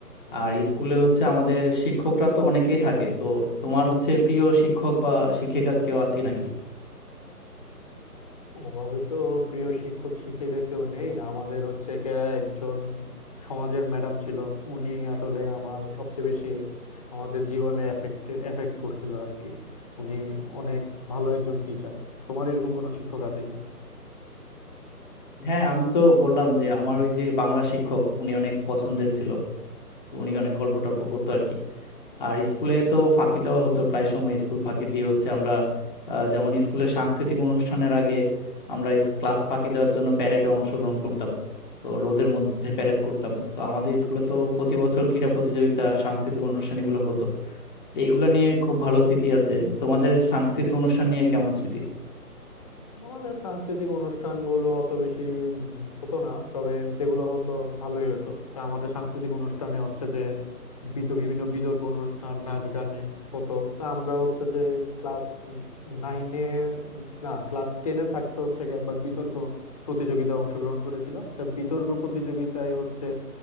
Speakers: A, in the centre; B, on the left.
A: আর স্কুলে হচ্ছে আমাদের শিক্ষকরা তো অনেকেই থাকে তো তোমার হচ্ছে প্রিয় শিক্ষক বা শিক্ষিকা কেউ আছে নাকি
B: ওভাবে তো প্রিয় শিক্ষক শিক্ষিকা কেউ নেই আমাদের হচ্ছে গিয়া একজন সমাজের ম্যাডাম ছিল উনি আসলে আমার সবচেয়ে বেশি আমাদের জীবনে এফেক্টেড এফেক্ট করছিল আর কি উনি অনেক ভালো একজন টিচার তোমার এরকম কোনো শিক্ষক আছে কিনা
A: হ্যাঁ আমি তো বললাম যে আমার ওই যে বাংলা শিক্ষক উনি অনেক পছন্দের ছিল তো উনি অনেক গল্প টল্প করতো আর কি আর স্কুলে তো ফাঁকি দেওয়া হতো প্রায় সময় স্কুল ফাঁকি দিয়ে হচ্ছে আমরা আহ, যেমন স্কুলের সাংস্কৃতিক অনুষ্ঠানের আগে আমরা ক্লাস ফাঁকি দেওয়ার জন্য প্যারেডে অংশগ্রহণ করতাম তো রোদের মধ্যে প্যারেড করতাম তো আমাদের স্কুলে তো প্রতি বছর ক্রীড়া প্রতিযোগিতা সাংস্কৃতিক অনুষ্ঠান এগুলো হতো তো এগুলো নিয়ে খুব ভালো স্মৃতি আছে তোমাদের সাংস্কৃতিক অনুষ্ঠান নিয়ে কেমন স্মৃতি
B: আমাদের সাংস্কৃতিক অনুষ্ঠানগুলো অত বেশি উম, হতো না তবে যেগুলো হতো ভালোই হতো তা আমাদের সাংস্কৃতিক অনুষ্ঠানে হচ্ছে যে বিত- বিভিন্ন বিতর্ক অনুষ্ঠান নাচ গানে হতো তা আমরা হচ্ছে যে ক্লাস নাইনে না ক্লাস টেনে থাকতে হচ্ছে গিয়ে একবার বিতর্ক প্রতিযোগিতায় অংশগ্রহণ করেছিলাম তা বিতর্ক প্রতিযোগিতায় হচ্ছে